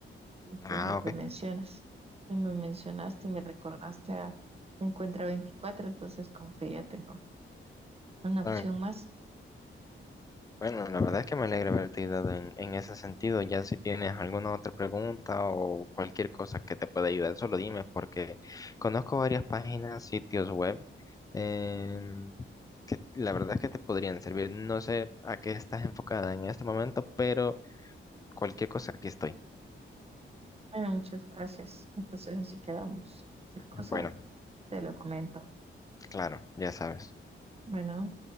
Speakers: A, on the right; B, on the left.
A: Y pues
B: Ah,
A: lo
B: ok.
A: que mencionas. Y me mencionaste y me recordaste a Encuentra veinticuatro entonces como que ya tengo una opción
B: Ah,
A: más.
B: Bueno, la verdad es que me alegra haberte ayudado en, en ese sentido. Ya si tienes alguna otra pregunta o cualquier cosa que te pueda ayudar, solo dime, porque conozco varias páginas, sitios web, em, que la verdad es que te podrían servir. No sé a qué estás enfocada en este momento, pero cualquier cosa aquí estoy.
A: Bueno, muchas gracias. Entonces así quedamos. Cualquier cosa
B: Bueno,
A: te lo comento.
B: claro, ya sabes.
A: Bueno.